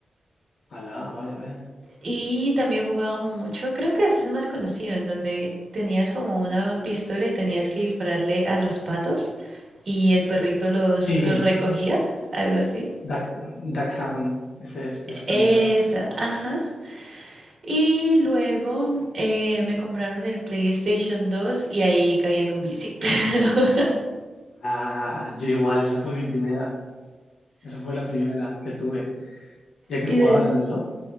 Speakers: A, on the left (about 75°); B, on the right (about 45°).
A: Alá, vaya, vaya.
B: Y también jugaba mucho, creo que ese es más conocido, en donde tenías como una pistola y tenías que dispararle a los patos y el perrito los,
A: Sí,
B: los recogía, algo así.
A: Duck, Duck Hunt. Ese es de Super
B: Esa,
A: Nintendo también.
B: ajá. Y luego eh, me compraron el PlayStation 2 y ahí caí en un vicio. <laughs>
A: Ah, yo igual, esa fue mi primera. Esa fue la primera que tuve. Ya que
B: Y,
A: jugabas
B: de-
A: en el DOS.